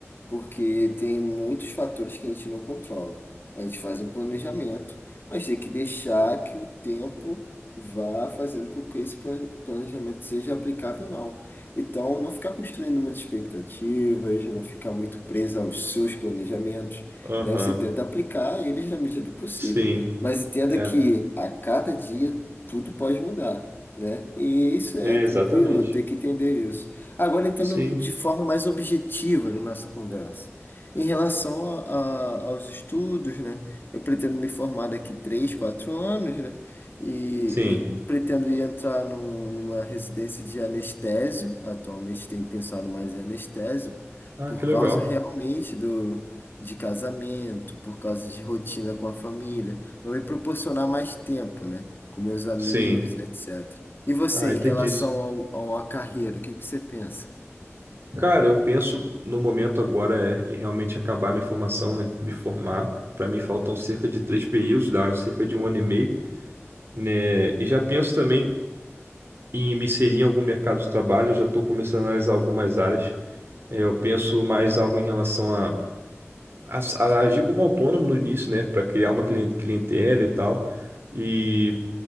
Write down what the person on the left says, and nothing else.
porque tem muitos fatores que a gente não controla. A gente faz um planejamento, mas tem que deixar que o tempo vá fazendo com que esse plane- planejamento seja aplicável ou não. Então, não ficar construindo muitas expectativas, não ficar muito preso aos seus planejamentos.
Né? Você tenta aplicar eles na medida do possível,
mas entenda
que a cada dia tudo pode mudar, né? E isso é
tranquilo,
tem que entender isso. Agora entrando
de forma mais objetiva na nossa conversa. Em relação a- a- aos estudos, né? Eu pretendo me formar daqui 3 4 anos, né? E
eu pretendo ir entrar num- numa residência de anestésio. Atualmente tenho pensado mais em anestésio,
por
causa
realmente do, de casamento, por causa de rotina com a família. Vai me proporcionar mais tempo, né? Com meus amigos,
etc. E você,
em relação ao, ao- à carreira, o que que você pensa?